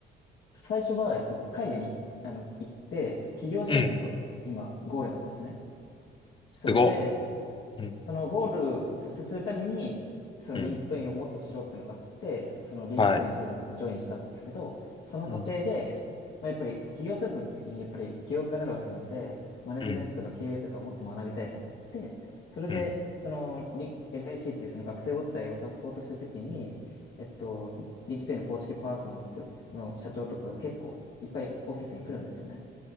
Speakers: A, on the left (about 60°); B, on the left (about 25°).
A: 最初は、えっと、海外に行きあの、行って、起業したいっていうのが今、
B: うん。
A: ゴールなんですね。
B: すごっ。
A: それで、
B: うん。
A: そのゴール達成するために、そのリンクトインをもっと知ろうっていうのがあって、
B: うん。
A: そのリンクトインっていうのをジョインしたんですけど、
B: はい。
A: その過程で、
B: うん。
A: まあ、やっぱり起業するってなった時にやっぱり起業家になるわけなんで、マネジメントとか経営とかもっと学びたいと思って、
B: うん。
A: それで、
B: うん。
A: そのリ LAC っていうその学生母体をサポートした時に、えっと、リンクトインの公式パートナーの人の社長とかが結構いっぱいオフィスに来るんですよね。